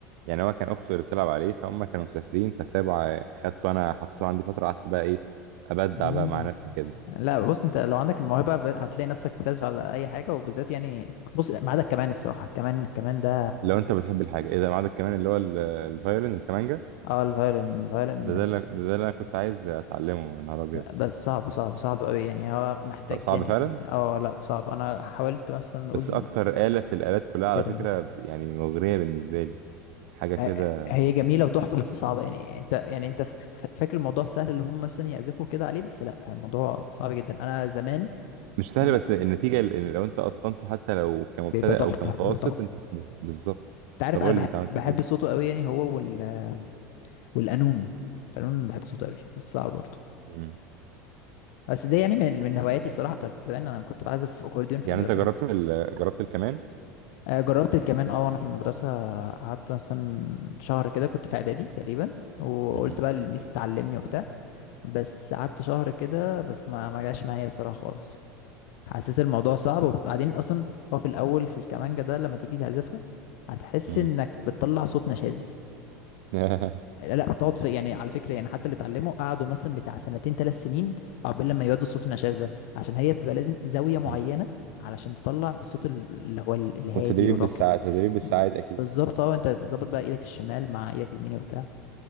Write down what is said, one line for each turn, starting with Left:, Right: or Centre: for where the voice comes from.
Right: يعني هو كان اخته اللي بتلعب عليه فهم كانوا مسافرين فسابوا ع- خدته انا حطيته عندي فترة قعدت بقى ايه ابدع
Left: مم.
Right: بقى مع نفسي كده
Left: لا بص انت لو عندك الموهبه ب- هتلاقي نفسك بتعزف على اي حاجه وبالذات يعني بص ما عدا الكمان الصراحه الكمان الكمان ده
Right: لو انت بتحب الحاجة ايه ده ما عندك كمان اللي هو ال- الفيولين الكمانجا
Left: اه الفايولين الفايولين
Right: ده ده اللي ده اللي انا كنت عايز اتعلمه يا نهار ابيض
Left: بس صعب صعب صعب قوي يعني هو محتاج
Right: صعب
Left: يعني
Right: فعلا
Left: اه لا صعب انا حاولت مثلا نقول
Right: بس اكتر آلة في الآلات كلها على
Left: ترم
Right: فكرة بت- يعني مغرية بالنسبة لي حاجة كده
Left: آه، هي جميلة وتحفة بس صعبة يعني انت يعني انت ف- ف- فاكر الموضوع سهل اللي هم مثلا يعزفوا كده عليه بس لا الموضوع صعب جدا انا زمان
Right: مش سهلة
Left: في الم...
Right: بس النتيجة ال- لو انت اتقنته حتى لو كمبتدئ
Left: بيبقى تحفة
Right: او كمتوسط
Left: بيبقى تحفة
Right: انت بز- بالظبط
Left: انت عارف
Right: طب
Left: انا
Right: قول
Left: بحب,
Right: لي انت عملت
Left: بحب
Right: فين
Left: صوته قوي يعني هو وال آه، والقانون القانون بحب صوته قوي بس صعب برضه
Right: مم.
Left: بس ده يعني من من هواياتي الصراحة بتاعت زمان انا كنت بعزف اكورديون في
Right: يعني
Left: المدرسة
Right: انت جربت ال... جربت الكمان
Left: آه، جربت الكمان اه وانا في المدرسة قعدت مثلا شهر كده كنت في اعدادي تقريبا وقلت
Right: مهم.
Left: بقى للميس تعلمني وبتاع بس قعدت شهر كده بس ما ما جاش معايا الصراحه خالص حاسس الموضوع صعب وبعدين اصلا هو في الاول في الكمانجه ده لما تيجي تعزفها هتحس
Right: مم.
Left: انك بتطلع صوت نشاز
Right: <laughs>
Left: لا لا بتقعد في يعني على فكره يعني حتى اللي اتعلموا قعدوا مثلا بتاع سنتين ثلاث سنين عقبال لما يودوا الصوت النشاز ده عشان هي بتبقى لازم زاويه معينه
Right: مم.
Left: علشان تطلع الصوت ال- اللي هو ال- الهادي
Right: والتدريب
Left: والراقي
Right: بالساعات تدريب بالساعات اكيد
Left: بالظبط اه انت بتظبط بقى ايدك الشمال مع ايدك اليمين وبتاع